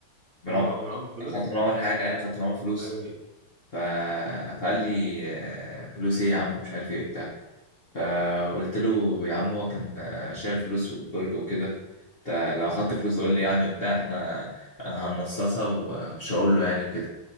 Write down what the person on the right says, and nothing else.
من مروان
من عمر فلوس
ايوه